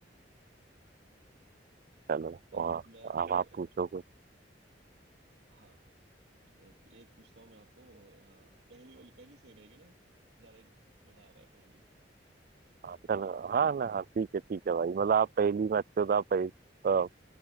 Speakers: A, on the right; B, on the right.
A: दिया। चलो
B: अब
A: और
B: मैं आपको
A: अब आप पूछो कुछ
B: हाँ एक एक पूछता हूँ मैं आपको अ, पहली वाली पहली सही रहेगी ना ज्यादा int- मजा आ रहा है पहली में
A: हाँ, चलो हाँ ना हाँ ठीक है ठीक है भाई मतलब आप पहेली में अच्छे हो तो आप पहेली अ,